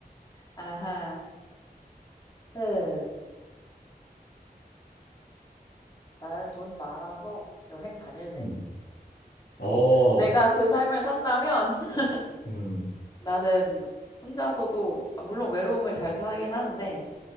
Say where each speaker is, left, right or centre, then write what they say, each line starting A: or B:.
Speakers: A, on the left; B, on the left.
A: 아하, 흠. 나는 돈 많아서 여행 다닐래.
B: 음, 어,
A: 내가 그 삶을 산다면 <laughs>
B: 음,
A: 나는 혼자서도, 아, 물론 외로움을 잘 타긴 하는데,